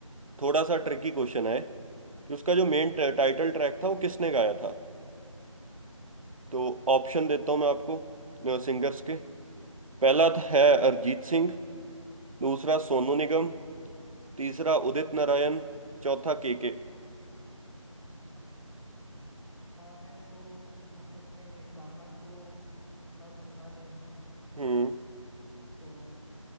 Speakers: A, on the right; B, on the left.
A: थोड़ा सा ट्रिकी क्वेश्चन है कि उसका जो मेन टाइटल ट्रैक था वो किसने गाया था तो ऑप्शन देता हूँ मैं आपको सिंगर्स के पहला था- है अरिजीत सिंह दूसरा सोनू निगम तीसरा उदित नारायण चौथा केके
B: मैंने तो जहाँ तक है ये गाना तो उतना सुना नहीं है
A: हम्म
B: तो